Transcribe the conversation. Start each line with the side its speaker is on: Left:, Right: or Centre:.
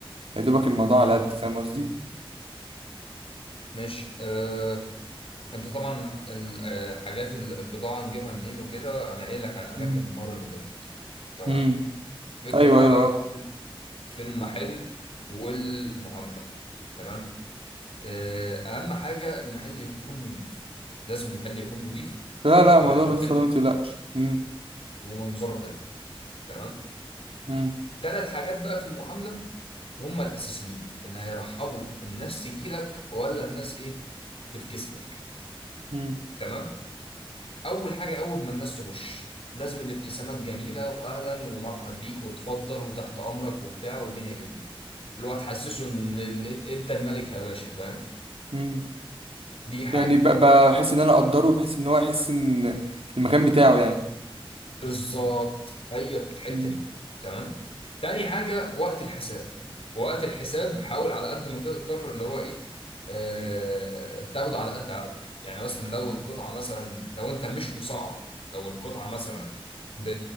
Right: يا دوبك الموضوع
Left: امم
Right: على قد فاهم قصدي
Left: ماشي آه. انت طبعا الحاجات البضاعه نجيبها منين وكده انا قايل لك على الاماكن
Right: مم.
Left: المره اللي فاتت تمام
Right: امم
Left: الفكره
Right: ايوه
Left: بقى
Right: ايوه اه
Left: في في المحل والمعامله تمام آه. اهم حاجه المحل يكون نظيف لازم المحل يكون نظيف
Right: لا لا
Left: وريحته
Right: موضوع نظيف
Left: حلوه
Right: والله ما تقلقش امم
Left: ومنظره حلو تمام
Right: امم
Left: ثلاث حاجات بقى في المعاملة هم الأساسيين اللي هيرحبوا الناس تجيلك ولا الناس إيه تفكس لك
Right: امم
Left: تمام أول حاجة أول ما الناس تخش لازم الابتسامة الجميلة وأهلا ومرحب بيك وتفضل وتحت أمرك وبتاع والدنيا جميلة اللي هو تحسسه إن ال- أنت الملك يا باشا فاهم
Right: امم
Left: دي حاجة
Right: يعني ب- ب- بحس ان انا اقدره بحس ان هو يحس ان المكان بتاعه يعني
Left: بالظبط هي الحته
Right: امم
Left: دي تمام تاني حاجه وقت الحساب وقت الحساب حاول على قد ما تقدر اللي هو ايه آه تاخده على قد عقله يعني مثلا لو القطعه مثلا لو انت مش مسعر لو القطعه مثلا ب